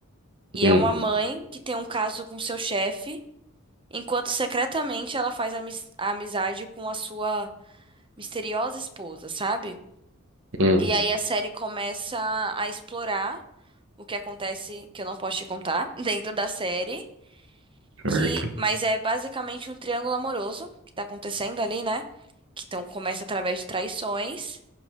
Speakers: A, on the right; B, on the right.
A: E
B: Hum,
A: é uma mãe que tem um caso com seu chefe, enquanto secretamente ela faz amis- a amizade com a sua misteriosa esposa, sabe?
B: hum,
A: E aí a série começa a explorar o que acontece, que eu não posso te contar, <laughs> dentro da série,
B: certo.
A: que mas é basicamente um triângulo amoroso que tá acontecendo ali, né? Que então começa através de traições.